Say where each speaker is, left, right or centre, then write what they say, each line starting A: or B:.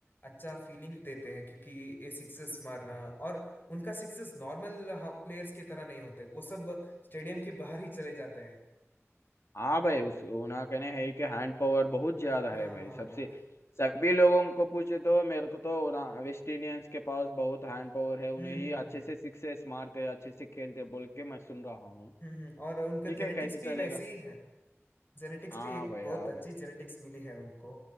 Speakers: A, on the left; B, on the left.
A: अच्छा फीलिंग देते हैं क्योंकि ये सिक्सेस मारना और उनका सिक्सेस नॉर्मल प्लेयर्स की तरह नहीं होते वो सब स्टेडियम के बाहर ही चले जाते हैं
B: हाँ भाई उस उन्हें कहने है कि हैंड पावर बहुत ज्यादा
A: हाँ
B: है भाई
A: हाँ
B: सबसे
A: हाँ
B: सभी लोगों को पूछे तो मेरे को तो ना वेस्ट इंडियंस के पास बहुत हैंड पावर है उन्हें
A: हम्म
B: ही
A: हम्म
B: अच्छे
A: हम्म
B: से सिक्सेस मारते अच्छे से खेलते बोल के मैं सुन रहा हूँ
A: हम्म हम्म। और उनका
B: ठीक
A: जेनेटिक्स
B: है कैसे चलेगा
A: भी वैसे ही है जेनेटिक्स
B: हाँ
A: भी एक
B: भाई
A: बहुत
B: हाँ
A: अच्छी
B: भाई
A: जेनेटिक्स मिली है उनको